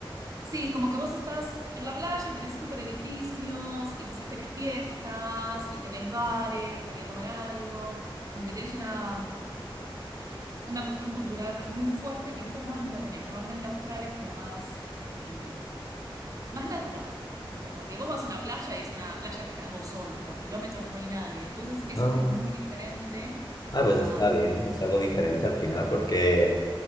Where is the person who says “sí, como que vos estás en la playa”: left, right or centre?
Right